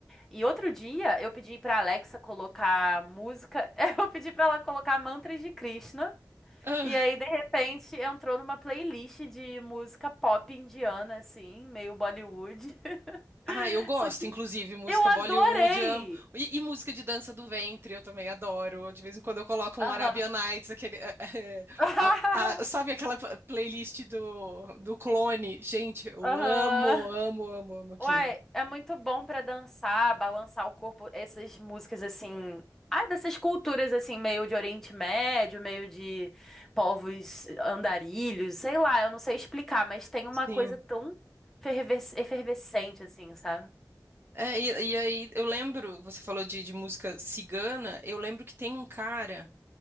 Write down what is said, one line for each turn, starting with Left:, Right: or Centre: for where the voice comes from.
Centre: E outro dia eu pedi pra Alexa colocar música, <laughs> eu pedi pra ela colocar mantras de Krishna.
Right: Ah,
Centre: E aí, de repente, entrou numa playlist de música pop indiana, assim, meio Bollywood. <laughs>
Right: ah, eu gosto,
Centre: Só que
Right: inclusive, música
Centre: eu adorei!
Right: Bollywood, eu amo. E, e música de dança do ventre, eu também adoro. De vez em quando eu coloco
Centre: Aham.
Right: um Arabian Nights, aquele, eh, eh,
Centre: <laughs>
Right: a- a- sabe aquela pl- playlist do, do Clone? Gente, eu
Centre: Aham.
Right: amo, amo, amo, amo aquilo.
Centre: Uai, é muito bom pra dançar, balançar o corpo, essas músicas assim. Ah, dessas culturas assim, meio de Oriente Médio, meio de povos andarilhos, sei lá, eu não sei explicar, mas tem uma
Right: Sim.
Centre: coisa tão ferves- efervescente assim, sabe?
Right: É, e, e aí, eu lembro, você falou de, de música cigana, eu lembro que tem um cara.